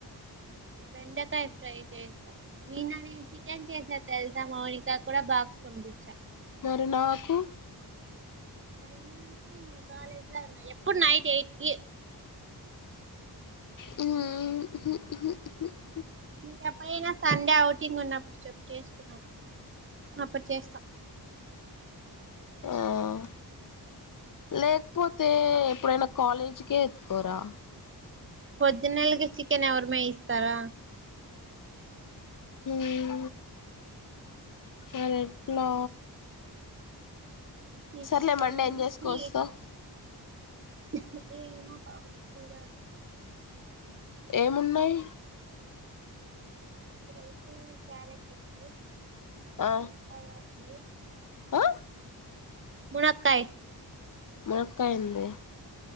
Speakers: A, on the right; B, on the left.
A: బెండకాయ ఫ్రై చేస్తా. నిన్న నేను చికెన్ చేసా తెలుసా? మౌనికా కూడా బాక్స్ పంపించా.
B: మరి నాకు.
A: మరి నాకు నువ్వు కాలేజీలో ఉన్నావ్ ఎప్పుడు నైట్ ఎయిట్కి.
B: హ్మ్! హు హు హూ.
A: నీకు ఎప్పుడైనా సండే అవుట్. ఔటింగ్ ఉన్నప్పుడు చెప్పు చేసుకున్నాం అప్పుడు చేస్తా.
B: హ్మ్! లేకపోతే ఎప్పుడైనా కాలేజీకే ఎత్తుకోరా.
A: ప్రొద్దున్నే ఐదుకు చికెన్ ఎవరు మే ఇస్తారు.
B: హ్మ్ మరి ఎట్లా?
A: ఎట్లా
B: సరేలే మండే ఏం చేసుకువస్తావ్?
A: నీ <inaudible> ఏమో బావుంటే చూడాలి.
B: ఏమున్నాయి?
A: ఇప్పుడు అయితే క్యారెట్ ఉంది.
B: ఆ
A: మునక్కాయ ఉంది.
B: ఆ
A: మునక్కాయ్
B: మునక్కాయ ఉంది